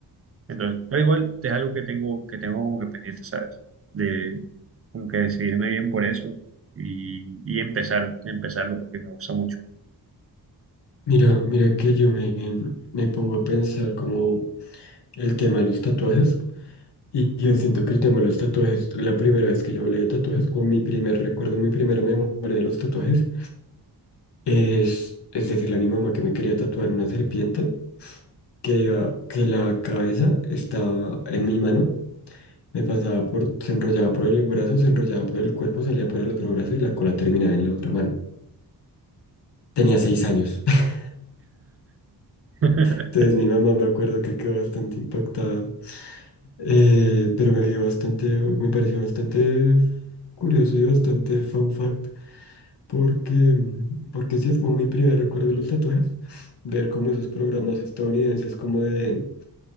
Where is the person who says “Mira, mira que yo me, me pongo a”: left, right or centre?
Left